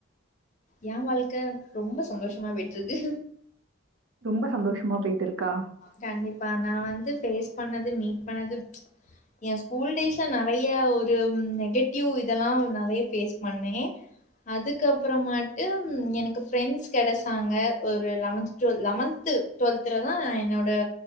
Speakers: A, on the left; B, on the right.
A: ஏ வாழ்க்க ரொம்ப சந்தோஷமா போய்ட்ருக்கு
B: ரொம்ப சந்தோஷமா போயிட்டுருக்கா
A: கண்டிப்பா நா வந்து ஃபேஸ் பண்ணது மீட் பண்ணது எ ஸ்கூல் டேஸ்ல நறையா ஒரு நெகட்டிவ் இதெல்லா நறையா ஃபேஸ் பண்ணே அதுக்கப்புறமாட்டு எனக்கு ஃப்ரெண்ட்ஸ் கெடச்சாங்க ஒரு லெவன் டுவல் லெவன்த்து டுவெல் த்துல தா என்னோட